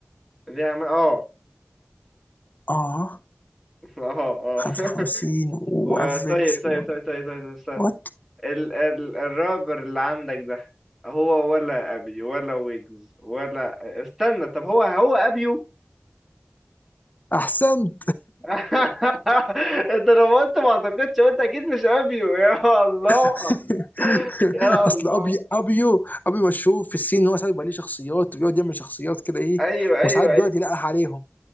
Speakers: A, in the centre; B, on the left.
A: دي عم اه
B: اه
A: <laughs> اه اه
B: 55
A: <laughs>
B: وافريج
A: وطيب طيب طيب
B: و...
A: طيب طيب, طيب, طيب.
B: وات
A: ال ال الرابر اللي عندك ده هو ولا ابي ولا ويجز ولا استنى طب هو هو ابيو
B: احسنت
A: <laughs> انت لما قلت ما اعتقدش قلت اكيد مش ابيو يا الله
B: <laughs>
A: يا الله
B: اصل ابي ابيو ابيو مشهور في السين ان هو ساعات بيبقى ليه شخصيات بيقعد يعمل شخصيات كده ايه
A: ايوه ايوه
B: وساعات بيقعد
A: ايوه
B: يلقح عليهم